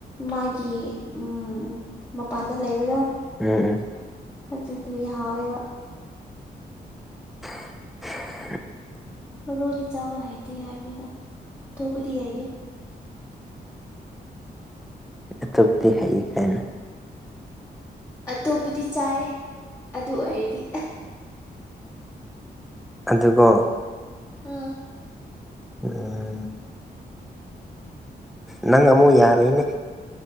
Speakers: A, on the left (about 15°); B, in the centre.
A: ꯃꯥꯒꯤ ꯎꯝ ꯃꯄꯥꯟꯗ ꯂꯩꯕꯗꯣ
B: ꯎꯝ ꯎꯝ꯫
A: ꯑꯗꯨꯗꯨ ꯍꯥꯎꯋꯦꯕ
B: <inaudible>
A: ꯃꯥꯔꯨꯗꯤ ꯆꯥꯕ ꯍꯩꯇꯦ ꯍꯥꯏꯕꯅꯤꯗ ꯑꯇꯣꯞꯄꯗꯤ ꯍꯥꯏꯌꯦ꯫
B: ꯑꯇꯣꯞꯄꯗꯤ ꯍꯩ ꯀꯥꯏꯅ
A: ꯑꯇꯣꯞꯄꯗꯤ ꯆꯥꯏ ꯑꯗꯨ ꯑꯣꯏꯔꯗꯤ
B: ꯑꯗꯨꯒꯣ
A: ꯎꯝ
B: ꯑꯣ ꯅꯪ ꯑꯃꯨꯛ ꯌꯥꯔꯣꯏꯅꯦ